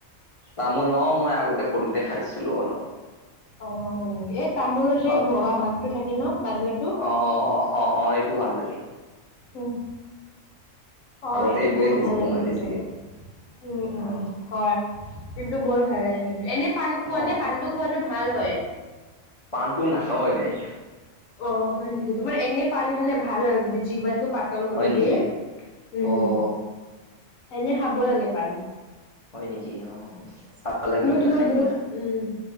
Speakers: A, on the left; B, on the left.
A: তামোল, অ', মই আগতে সৰুতে খাইছিলো অলপ।
B: অ', হয় নেকি? এই তামোলৰ
A: ভাল
B: যে বগা ভাগ টো থাকে ন, মাজৰতো
A: অ, অ, অ, অ, এইটো ভাল লাগে।
B: উম অ',
A: আগতে
B: এইটো
A: এইটোয়ে
B: বহুত
A: খাইছিলোঁ
B: ভাল লাগে
A: মই
B: কিন্তু।
A: বেছিকে।
B: উম, উম।
A: অ',
B: হয় কিন্তু বৰ ভাল লাগে কিন্তু এনে পাণ খোৱা
A: অ',
B: নে পাণটো খোৱাটো ভাল হয়?
A: পাণটো নাখাওঁ এনেই।
B: অ হয় নেকি, তোমাৰ এনে পান খালে ভাল হয় কিন্তু জিভাতো পাত পাতল কৰি
A: হয় নেকি?
B: দিয়ে, উম
A: অ',
B: এনে খাব লাগে পান।
A: হয় নেকি অ, চাবা লাগিব
B: তোমাৰ
A: ন খাই
B: বহুত
A: কিনা।
B: উম,